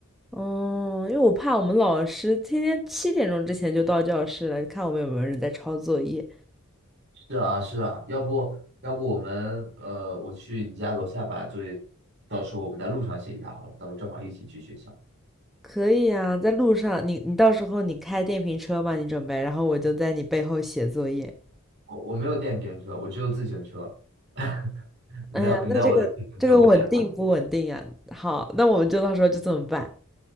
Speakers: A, in the centre; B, on the right (about 50°).
A: 嗯，因为我怕我们老师天天七点钟之前就到教室了，看我们有没有人在抄作业。
B: 是啊，是啊，要不要不我们呃，我去你家楼下把作业，到时候我们在路上写一下好了，到时候正好一起去学校。
A: 可以啊，在路上，你你到时候你开电瓶车吧，你准备，然后我就在你背后写作业。
B: 我我没有电瓶车，我只有自行车，<laughs> 你在你在我的自行车后面吧。
A: 哎呀，那这个这个稳定不稳定啊？好，那我们就到时候就这么办。